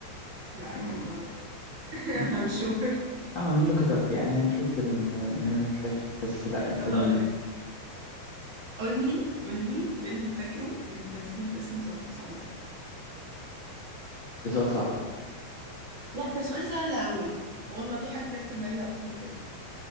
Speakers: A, on the right (about 45°); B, on the left (about 35°).
A: لا
B: م-
A: كان موجود <laughs>
B: م-
A: همشور
B: اه هنلوك اب يعني هنشوف كده ن- نكتشف بس لا الفيلم
A: طب هقول لك قول لي قول لي فيلم فاكره من تمثيل باسم زم- سمرة
B: ده سؤال صعب
A: لا ده سؤال سهل قوي والله في حاجة كانت في دماغي على طول كده